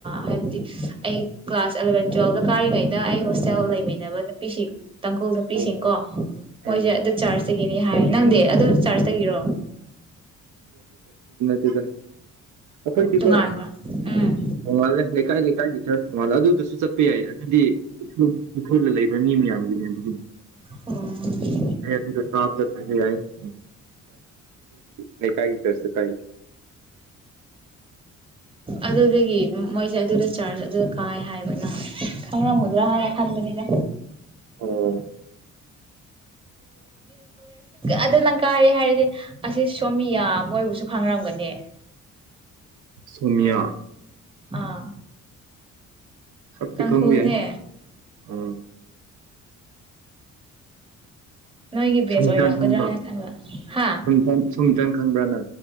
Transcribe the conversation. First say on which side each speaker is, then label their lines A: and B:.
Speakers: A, on the right (about 15°); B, on the right (about 75°).
A: ꯍꯥꯏꯕꯗꯤ ꯑꯩ ꯀ꯭ꯂꯥꯁ ꯑꯦꯂꯚꯦꯟ ꯇꯨꯋꯦꯜꯕꯇ ꯀꯥꯔꯤꯉꯩꯗ ꯑꯩ ꯍꯣꯁꯇꯦꯜ ꯂꯩꯃꯤꯟꯅꯕ ꯅꯨꯄꯤꯁꯤꯡ ꯇꯥꯡꯈꯣꯜ ꯅꯨꯄꯤꯁꯤꯡꯀꯣ
B: ꯑꯣ
A: ꯃꯣꯏꯁꯦ
B: ꯑꯣ
A: ꯑꯗꯨ ꯆꯥꯔꯖꯇꯒꯤꯅꯤ ꯍꯥꯏꯌꯦ ꯅꯪꯗꯤ ꯑꯗꯨ ꯆꯥꯔꯖ ꯇꯒꯤꯔꯣ
B: ꯗ ꯑꯩꯈꯣꯏꯗꯤꯀꯣ
A: ꯇꯣꯉꯥꯟꯕ꯭ꯔꯥ ꯎꯝ
B: ꯊꯣꯡꯉꯥꯜꯂꯦ ꯂꯩꯀꯥꯏ ꯂꯩꯀꯥꯏꯒꯤ ꯈꯔ ꯊꯣꯡꯉꯥꯜꯂꯦ ꯑꯗꯨꯗꯨꯁꯨ ꯆꯠꯄ ꯌꯥꯏ ꯑꯗꯨꯗꯤ ꯎꯈꯨꯜꯗ ꯂꯩꯕ ꯃꯤ ꯃꯌꯥꯝ ꯎ
A: ꯑꯣ
B: <unintelligible> ꯑꯩ ꯅ ꯀꯒꯤ ꯀꯁꯨ ꯀꯥꯏ
A: ꯑꯗꯨꯗꯒꯤ ꯃꯣꯏꯁꯦ ꯑꯗꯨꯗ ꯆꯥꯔꯖ ꯑꯗꯨꯗ ꯀꯥꯏ ꯍꯥꯏꯕꯅ ꯈꯪꯔꯝꯒꯨꯗ꯭ꯔꯥ
B: ꯎꯝ
A: ꯍꯥꯏꯅ ꯈꯟꯕꯅꯤꯗ
B: ꯑꯣ
A: ꯑꯗꯨꯅꯪ ꯀꯥꯏꯔꯤ ꯍꯥꯏꯔꯗꯤ ꯑꯁꯤ ꯁꯣꯃꯤꯌꯥ ꯃꯣꯏꯕꯨꯁꯨ ꯈꯪꯔꯝꯒꯅꯤ
B: ꯁꯨꯃꯌꯥ
A: ꯑꯥ
B: ꯁꯤ
A: ꯇꯥꯡꯈꯨꯜꯅꯦ
B: ꯈꯝꯕꯤꯅꯤ ꯑ
A: ꯅꯣꯏꯒꯤ ꯕꯦꯁ
B: ꯁꯨꯡꯇꯥꯟ
A: ꯑꯣꯏꯔꯝꯒꯗ꯭ꯔꯥ
B: ꯈꯪꯕ꯭ꯔ
A: ꯍꯥꯏꯅ ꯈꯟꯕ ꯍꯥ
B: ꯁ ꯁꯨꯡꯇꯥꯟ ꯈꯪꯕ꯭ꯔ ꯅ